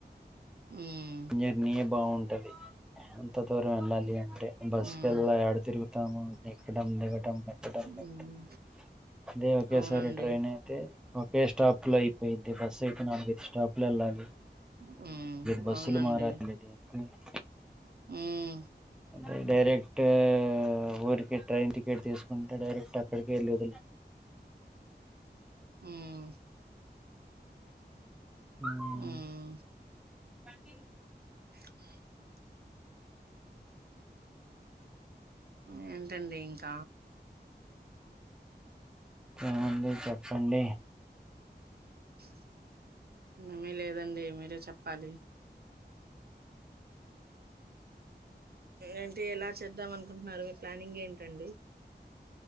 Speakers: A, on the right (about 60°); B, in the centre.
A: ఉమ్
B: <inaudible> బావుంటది అంత త్వ దూరం వెళ్ళాలి అంటే బస్
A: ఉమ్
B: కెల్లా యాడ తిరుగుతాము టం దిగటం <inaudible>
A: ఉమ్
B: అదే ఒకేసారి
A: అవునండి
B: ట్రైన్ అయితే ఒకే స్టాప్ లో అయిపోయిద్ది బస్సు అయితే నాలుగైదు స్టాప్ లో ఏళ్ళాలి
A: హ్మ్
B: <inaudible> బస్
A: అవునండి
B: <inaudible>
A: మ్మ్
B: అదే డైరెక్టు ఊరికి ట్రైన్ టికెట్ తీసుకుంటే డైరెక్ట్ అ <inaudible>
A: హ్మ్
B: మ్
A: హ్మ్
B: <inaudible>
A: <unintelligible> ఉ ఏంటండి ఇంక
B: ఏముంది చెప్పండి,
A: <unintelligible> మే లేదండి మీరే చెప్పాలి ఏంటి ఎలా చేద్దాం అనుకుంటున్నారు మీ ప్లానింగ్ ఏంటండి.